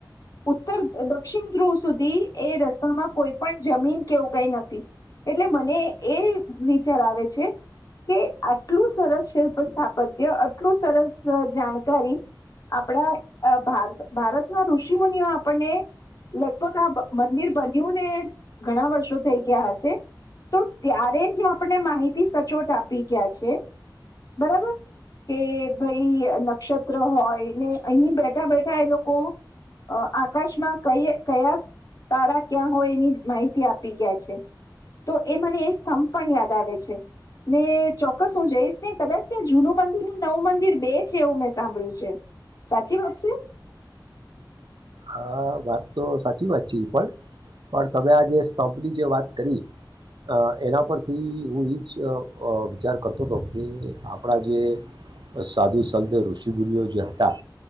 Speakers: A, on the left; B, on the right.
A: ઉત્તર દક્ષિણ ધ્રુવ સુધી એ રસ્તામાં કોઈ પણ જમીન કે એવું કઈ નથી એટલે મને એ વિચાર આવે છે કે આટલું સરસ શિલ્પ સ્થાપત્ય, આટલું સરસ જાણકારી આપણા ભારત ભારતના ઋષિ મુુનિઓ આપણને લગભગ આ મંદિર બન્યું ને ઘણા વર્ષો થઈ ગયા હશે, તો ત્યારે જે આપણને માહિતી સચોટ આપી ગયા છે બરાબર, કે ભાઈ નક્ષત્ર હોય ને અહી બેઠા બેઠા એ લોકો આકાશમાં કયે કયા તારા ક્યાં હોય એની માહિતી આપી ગયા છે. તો એ મને એ સ્તંભ પણ યાદ આવે છે. ને ચોક્કસ હું જઈશ ને કદાચ ત્યા જૂનું મંદિરને નવું મંદિર બે છે એવું મેં સાંભળ્યું છે, સાચી વાત છે?
B: હા વાત તો સાચી વાત છે ઈ પણ. પણ તમે આ જે સ્તંભની જે વાત કરી અહ એના પરથી હું ઈજ અહ વિચાર કરતો તો કે આપણા જે સાધુ સંત ઋષિમુનિઓ જે હતા